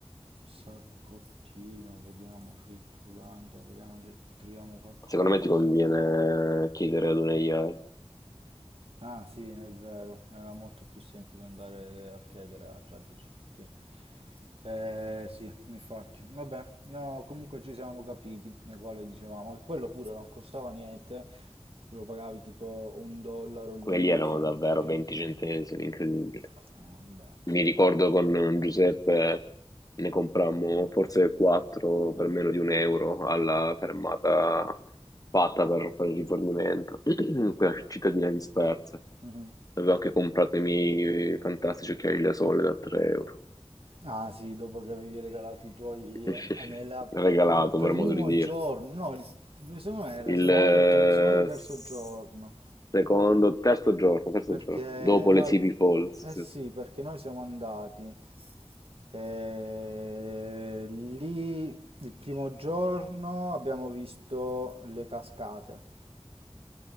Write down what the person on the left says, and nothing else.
Secondo me ti conviene chiedere ad un AI.
Quelli erano
davvero
20
centesimi, incredibile.
Mi ricordo con Giuseppe ne comprammo forse 4 per meno di un euro alla fermata fatta per fare il rifornimento, <clears throat> quella cittadina dispersa.
Avevo anche comprato i miei fantastici occhiali da sole da 3 euro.
<laughs>
Regalato,
per modo di dire.
Il
eh,
s-
secondo, terzo giorno, terzo
giorno, dopo
le Sleepy Falls.
Sì,